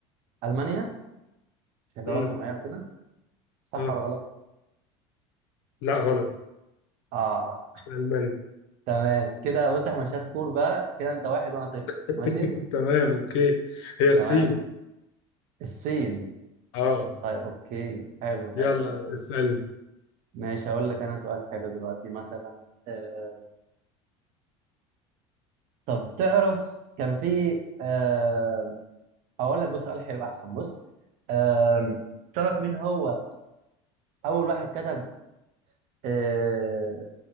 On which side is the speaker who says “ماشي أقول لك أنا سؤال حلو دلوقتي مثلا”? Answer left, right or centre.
Right